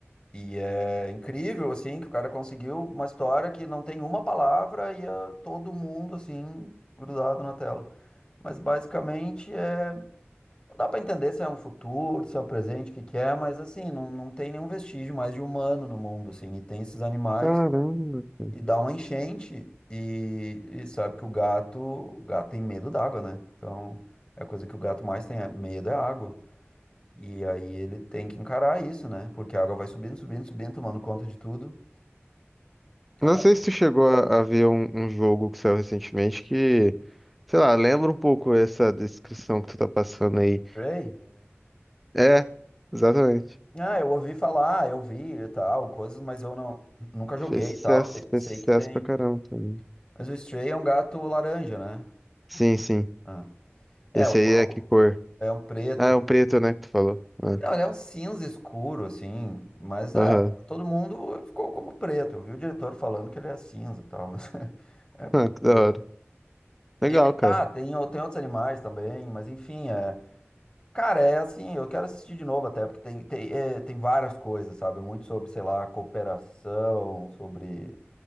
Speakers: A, on the left; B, in the centre.
A: e é incrível, assim, que o cara conseguiu uma história que não tem uma palavra e é todo mundo, assim, grudado na tela. Mas basicamente é Não dá pra entender se é um futuro, se é o presente, o que que é, mas assim, não, não tem nenhum vestígio mais de humano no mundo, assim, e tem esses animais,
B: Caramba, cara.
A: e dá uma enchente, e, e sabe que o gato, o gato tem medo d'água, né? Então, a coisa que o gato mais tem é- medo é água, e aí ele tem que encarar isso, né? Porque a água vai subindo, subindo, subindo, tomando conta de tudo. Aparece
B: Não sei
A: o
B: se tu chegou a, a ver um, um jogo que saiu recentemente que, sei lá, lembra um pouco essa descrição que tu tá passando aí.
A: Stray.
B: É, é, exatamente.
A: Ah, eu ouvi falar, eu vi e tal, coisas, mas eu não, nunca joguei
B: Fez sucesso,
A: e tal, sei,
B: fez
A: sei
B: sucesso
A: que tem.
B: pra caramba também.
A: Mas o Stray é um gato laranja, né?
B: Sim, sim.
A: Ah. É,
B: Esse
A: o clã
B: aí é que cor?
A: é um preto.
B: Ah, é um preto, né, que tu falou. Ah,
A: Não, ele é um cinza escuro, assim, mas é,
B: Aham. <laughs>
A: todo mundo ficou como preto. Eu vi o diretor falando que ele é cinza e tal, mas <laughs> é
B: Ah, que da
A: preto.
B: hora. Legal,
A: E aí
B: cara.
A: tá, tem, o- tem outros animais também, mas enfim, é. Cara, é assim, eu quero assistir de novo até, porque tem, tem, é, tem várias coisas, sabe? Muito sobre, sei lá, cooperação, sobre